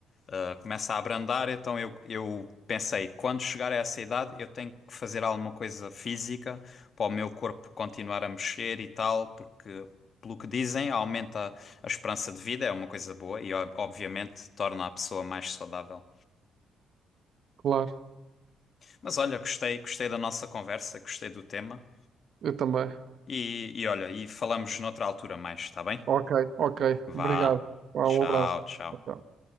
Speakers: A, on the left; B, on the right.
A: ah, começa a abrandar, então eu, eu pensei, quando chegar a essa idade eu tenho que fazer alguma coisa física para o meu corpo continuar a mexer e tal, porque, pelo que dizem, aumenta a esperança de vida, é uma coisa boa e ob- obviamente torna a pessoa mais saudável.
B: Claro,
A: Mas olha, gostei, gostei da nossa conversa, gostei do tema.
B: eu também.
A: E, e olha, e falamos noutra altura mais, está bem?
B: Ok, ok.
A: Vá.
B: Obrigado. Vá,
A: Tchau,
B: Um abraço.
A: tchau.
B: Tchau, tchau.